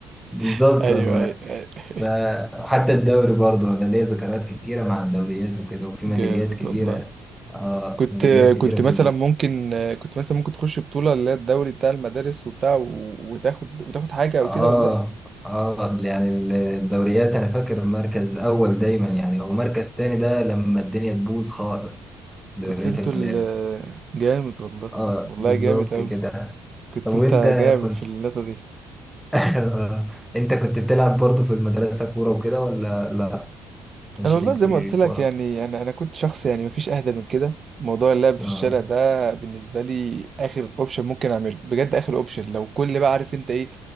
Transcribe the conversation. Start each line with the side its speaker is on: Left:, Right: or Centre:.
Centre: بالظبط
Right: <laughs> ايوه
Centre: والله
Right: ايوه ايوه
Centre: فحتى الدوري برضه انا ليا ذكريات كتيره مع الدوريات وكده وفي
Right: جامد
Centre: ميداليات كتيره
Right: والله
Centre: اه
Right: كنت
Centre: ميداليات كتيره
Right: كنت مثلا
Centre: في البيت
Right: ممكن كنت مثلا ممكن تخش بطولة اللي هي الدوري بتاع المدارس وبتاع و- وتاخد وتاخد حاجة او
Centre: اه
Right: كده والله
Centre: اه يعني الدوريات انا فاكر مركز اول دايما يعني هو مركز تاني ده لما الدنيا تبوظ خالص دوريات
Right: كنت انتوا
Centre: المدارس
Right: ال جامد والله
Centre: اه
Right: والله
Centre: بالظبط
Right: جامد اوي
Centre: كده
Right: كنت
Centre: طب وانت
Right: انت جامد
Centre: كنت
Right: في النقطة دي
Centre: <laughs> انت كنت بتلعب برضه في المدرسه كوره وكده ولا لا مش
Right: انا والله
Centre: ليك
Right: زي
Centre: في
Right: ما قلت
Centre: الكوره
Right: لك يعني انا انا كنت شخص يعني مفيش اهدى من كده موضوع اللعب في
Centre: اه
Right: الشارع ده بالنسبه لي اخر اوبشن ممكن اعمله بجد اخر اوبشن لو كل بقى عارف انت ايه